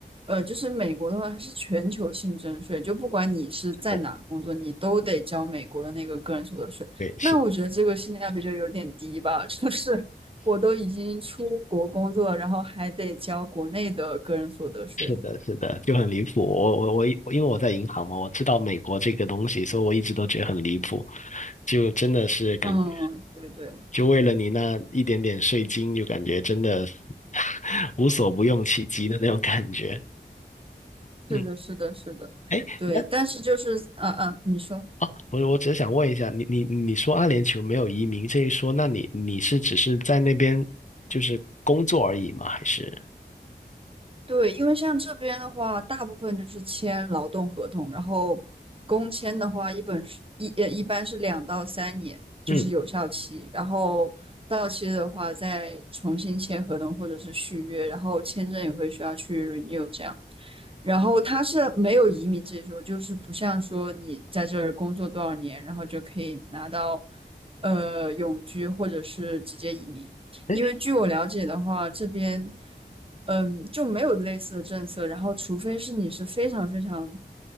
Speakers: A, on the right; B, on the left.
A: 呃，就是美国的话，它是全球性征税，就不管你是在哪工作，
B: 对，
A: 你都得交美国的那个个人所得税。
B: 对是
A: 那我觉得这个性价比就有点低吧，<laughs> 就是我都已经出国工作了，然后还得交国内的个人所得税。
B: 是的，是的，就很离谱。我我我，因为我在银行嘛，我知道美国这个东西，所以我一直都觉得很离谱，就真的是感觉，
A: 嗯，对对，
B: 就为了你那一点点税金，就感觉真的 <laughs> 无所不用其极的那种感觉。
A: 是的，
B: 嗯，
A: 是的，是的，
B: 哎，
A: 对。
B: 那
A: 但是就是，嗯、嗯，你说。
B: 啊，不是，我只是想问一下，你你你说阿联酋没有移民这一说，那你你是只是在那边就是工作而已吗？还是
A: 对，因为像这边的话，大部分就是签劳动合同，然后工签的话，一本是一呃一般是两到三年，就是有效期，
B: 嗯，
A: 然后到期的话再重新签合同或者是续约，然后签证也会需要去 renew 这样。然后它是没有移民这一说，就是不像说你在这儿工作多少年，然后就可以拿到呃永居或者是直接移民。
B: 哎，
A: 因为据我了解的话，这边。嗯，就没有类似的政策。然后，除非是你是非常非常